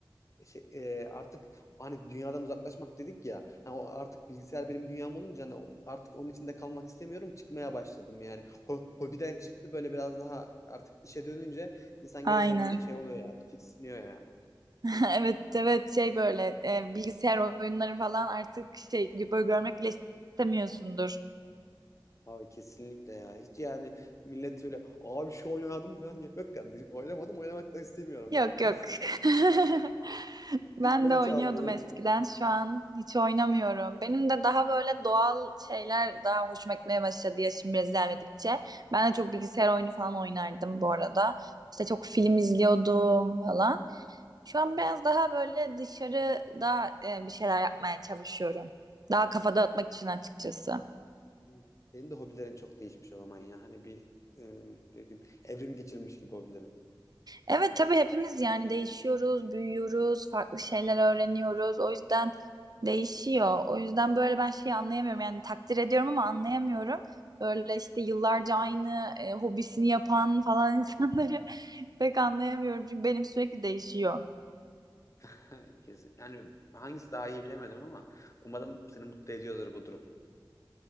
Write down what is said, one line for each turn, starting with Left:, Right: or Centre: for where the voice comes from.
Left: şey, e, artık hani dünyadan uzaklaşmak dedik ya. Hani o artık bilgisayar benim dünyam olunca hani o- artık onun içinde kalmak istemiyorum. Çıkmaya başladım yani. Ho- hobiden çıktı böyle biraz daha artık işe dönünce insan
Right: Aynen.
Left: gerçekten bir şey oluyor ya. Bir tiksiniyor ya.
Right: <laughs> Evet evet şey böyle e, bilgisayar oyunları falan artık şey böyle görmek bile istemiyorsundur.
Left: Abi kesinlikle ya. Hiç yani millet böyle abi şu oynamadın mı falan diye. Yok kardeşim oynamadım oynamak da istemiyorum
Right: Yok
Left: yani.
Right: yok. <laughs> Ben
Left: <laughs> Ben
Right: de
Left: hiç
Right: oynuyordum
Left: almayayım.
Right: eskiden. Şu an hiç oynamıyorum. Benim de daha böyle doğal şeyler daha hoşuma gitmeye başladı yaşım biraz ilerledikçe. Ben de çok bilgisayar oyunu falan oynardım bu arada. İşte çok film izliyordum falan. Şu an biraz daha böyle dışarıda e, bir şeyler yapmaya çalışıyorum. Daha kafa dağıtmak için açıkçası.
Left: Hmm. Senin de hobilerin çok değişmiş o zaman ya. Hani bir e, ne bileyim evrim geçirmiş gibi hobilerin.
Right: Evet tabii hepimiz yani değişiyoruz, büyüyoruz, farklı şeyler öğreniyoruz. O yüzden değişiyor. O yüzden böyle ben şeyi anlayamıyorum. Yani takdir ediyorum ama anlayamıyorum. Böyle işte yıllarca aynı e, hobisini yapan falan <laughs> insanları pek anlayamıyorum. Çünkü benim sürekli değişiyor.
Left: <laughs> Kesin. Yani hangisi daha iyi bilemedim ama umarım seni mutlu ediyordur bu durum.